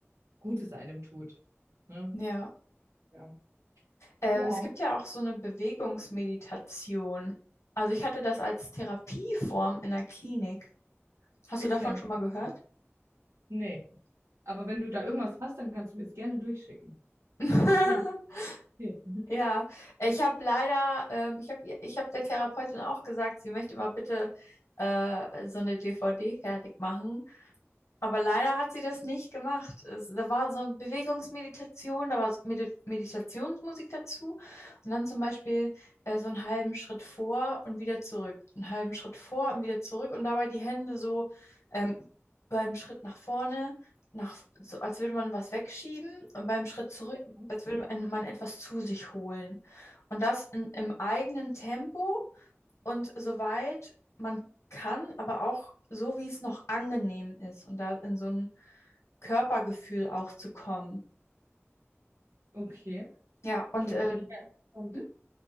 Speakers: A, on the right; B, on the left.
A: gut es einem tut. Ne?
B: Ja,
A: Ja.
B: ähm,
A: Ja.
B: es gibt ja auch so eine Bewegungsmeditation. Also ich hatte das als Therapieform in der Klinik. Hast
A: Ist
B: du davon
A: ja interessant.
B: schon mal gehört?
A: Nee. Aber wenn du da irgendwas hast, dann kannst du mir es gerne durchschicken.
B: <laughs>
A: Das würde mich interessieren. <laughs>
B: Ja, ich habe leider, ähm, ich habe ich hab der Therapeutin auch gesagt, sie möchte mal bitte äh, so eine DVD fertig machen. Aber leider hat sie das nicht gemacht. Es, da war so eine Bewegungsmeditation, da war so Medi Meditationsmusik dazu und dann zum Beispiel äh, so einen halben Schritt vor und wieder zurück, einen halben Schritt vor und wieder zurück und dabei die Hände so ähm, beim Schritt nach vorne, nach, so als würde man was wegschieben und beim Schritt zurück,
A: Ja.
B: als würde man etwas zu sich holen. Und das in, im eigenen Tempo und soweit man kann, aber auch so, wie es noch angenehm ist und da in so ein Körpergefühl auch zu kommen.
A: Okay.
B: Ja, und
A: Klingt
B: äh,
A: mega interessant.
B: hm?